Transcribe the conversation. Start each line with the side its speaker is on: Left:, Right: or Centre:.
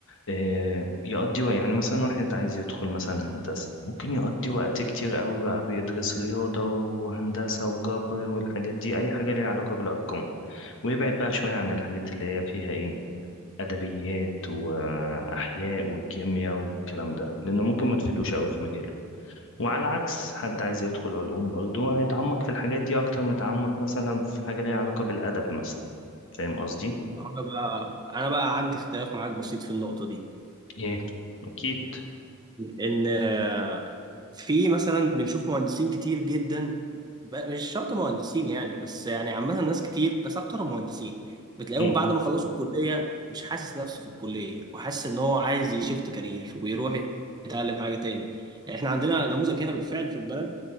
Left: آه، يقضي وقت- يعني مثلا واحد عايز يدخل مثلا هندسة ممكن يقضي وقت كتير أوي بقى بيدرس رياضة وهندسة وجبر والحاجات دي أي حاجة ليها علاقة بالأرقام ويبعد بقى شوية عن الحاجات اللي هي فيها ايه أدبيات وأحياء والكيمياء والكلام ده لأنه ممكن ما تفيدوش أوي في مجاله وعلى عكس حد عايز يدخل علوم برضه هيتعمق في الحاجات دي أكتر ما يتعمق مثلا في حاجة ليها علاقة بالأدب مثلا فاهم قصدي؟
Right: انا بقى انا بقى عندي اختلاف معاك بسيط في النقطة دي
Left: ايه أكيد
Right: ان آه، في مثلا بنشوف مهندسين كتير جدا ب- مش شرط مهندسين يعني بس يعني عامة ناس كتير بس اكتر مهندسين بتلاقيهم
Left: مم.
Right: بعد ما خلصوا الكلية مش حاسس نفسه في الكلية وحاسس ان هو عايز يشفت كارير ويروح يتعلم حاجة تاني يعني احنا عندنا نموذج هنا بالفعل في البلد